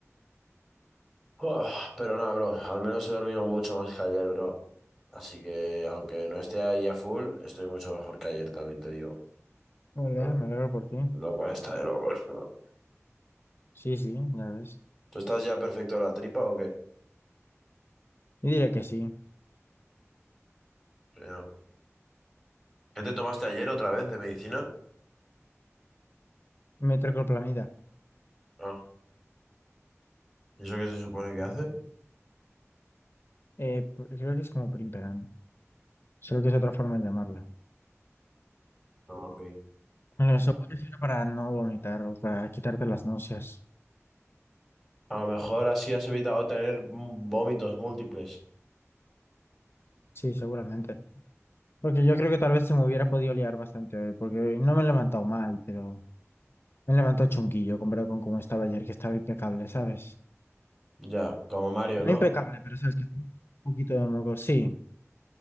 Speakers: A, in the centre; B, on the left.
A: Uf, pero nada, bro, al menos he dormido mucho más que ayer, bro. Así que, aunque no esté ahí a full, estoy mucho mejor que ayer, también te digo.
B: Hola,
A: Lo,
B: me alegro por ti.
A: lo cual está de locos, bro.
B: Sí, sí, ya ves.
A: ¿Tú estás ya perfecto de la tripa o qué?
B: Yo diría que sí.
A: Sí, no. ¿Qué te tomaste ayer otra vez de medicina?
B: Metroclopramida.
A: Ah, ¿y eso qué se supone que hace?
B: Eh, pr- creo que es como primperan. Solo que es otra forma de llamarla.
A: Ah, ok.
B: Bueno, eso me refiero para no vomitar o para quitarte las náuseas.
A: A lo mejor así has evitado tener mm, vómitos múltiples.
B: Sí, seguramente. Porque yo creo que tal vez se me hubiera podido liar bastante hoy, porque no me he levantado mal, pero me he levantado chunguillo comparado con cómo estaba ayer, que estaba impecable, ¿sabes?
A: Ya, como Mario,
B: No
A: ¿no?
B: impecable, pero sabes que un poquito de moco. Sí,